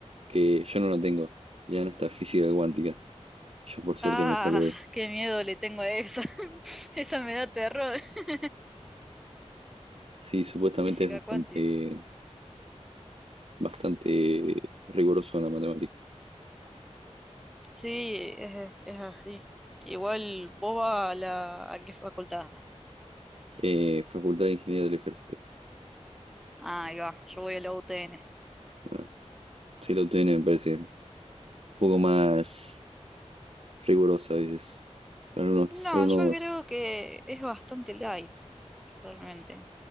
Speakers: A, on the right; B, in the centre.
A: que yo no lo tengo, le dan hasta física cuántica. Yo por suerte
B: Ah,
A: me salvé.
B: qué miedo le tengo a esa. <laughs> Esa me da terror. <laughs>
A: Sí, supuestamente
B: Física
A: es bastante,
B: cuántica.
A: bastante riguroso en la matemática.
B: Sí, es, es así. Igual vos vas a la, ¿a qué facultad?
A: Eh, Facultad de Ingeniería del Ejército.
B: Ah, ahí va, yo voy a la UTN.
A: Ah, sí, la UTN me parece poco más riguroso a veces. Algunos,
B: No,
A: algunos,
B: yo creo que es bastante light. realmente.